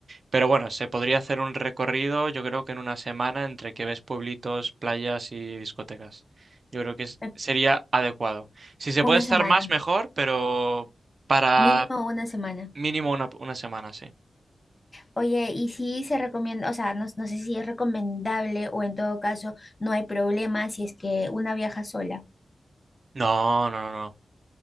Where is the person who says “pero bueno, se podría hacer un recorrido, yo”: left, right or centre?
Right